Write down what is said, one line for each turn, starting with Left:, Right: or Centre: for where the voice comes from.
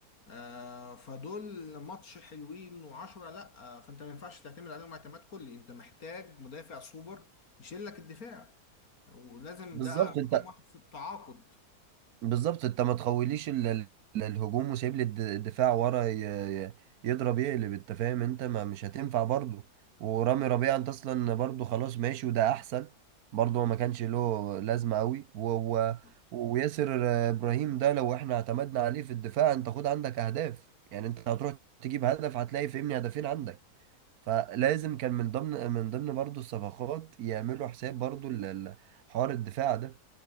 Left: آه فدول ماتش حلوين وعشرة لا آه فانت ما ينفعش تعتمد عليهم اعتماد كلي انت محتاج مدافع سوبر يشيل لك الدفاع ولازم
Right: بالظبط
Left: ده رقم
Right: انت
Left: واحد في التعاقد
Right: بالظبط انت ما تخوليش ال- ال- الهجوم وسايب لي الد- الدفاع ورا ي- ي- يضرب يقلب انت فاهم انت ما مش هتنفع برضه ورامي ربيعة انت اصلا برضه خلاص ماشي وده احسن برضه هو ما كانش له لازمة قوي و... و...
Left: بالظبط
Right: وياسر ابراهيم ده لو احنا اعتمدنا عليه في الدفاع انت خد عندك اهداف يعني انت هتروح تجيب هدف هتلاقي فهمني هدفين عندك فلازم كان من ضمن من ضمن برضه الصفقات يعملوا حساب برضه ال- ال- حوار الدفاع ده